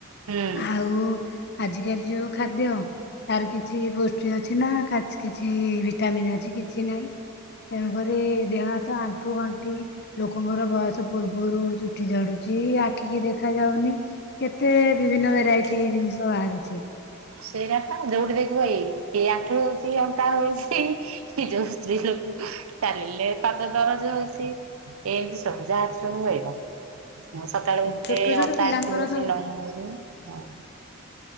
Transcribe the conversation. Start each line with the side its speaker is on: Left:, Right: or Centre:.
Right: ହୁଁ।
Left: ଆଉ ଆଜିକାଲି ଯୋଉ ଖାଦ୍ୟ। ତାର କିଛି ପୋଷ୍ଟି ଅଛି ନା କିଛି ଭିଟାମନ୍ ଅଛି କିଛି ନାହିଁ। ତେଣୁକରି ଦେହ ତ ଆଣ୍ଠୁ ଗଣ୍ଠି ଲୋକଙ୍କର ବୟସ ପୂର୍ବରୁ ଚୁଟି ଝଡୁଛି, ଆଖିକି ଦେଖା ଯାଉନି। କେତେ ବିଭିନ୍ନ ଭେରାଇଟି ଜିନିଷ ବାହାରୁଛି।
Right: ସେଇଟା ପା ଯୋଉଠି ଦେଖିବୁ ଏଇ, ଏଇ ଆଣ୍ଠୁ ହଉଛି ଅଣ୍ଟା ହଉଛି କି ଯୋଉ ସ୍ତ୍ରୀ ଲୋକ ଚାଲିଲେ ପାଦ ଦରଜ ହଉଛି, ଏମିତି ସବୁ ଯାହା କହିବା। ହଁ ସକାଳେ ଉଠିଲେ
Left: ଛୋଟ ଛୋଟ
Right: ଅଣ୍ଟା
Left: ପିଲାଙ୍କର
Right: ଏମତି ହଉଚି,
Left: ତ
Right: ନଇଁ ହଉନି।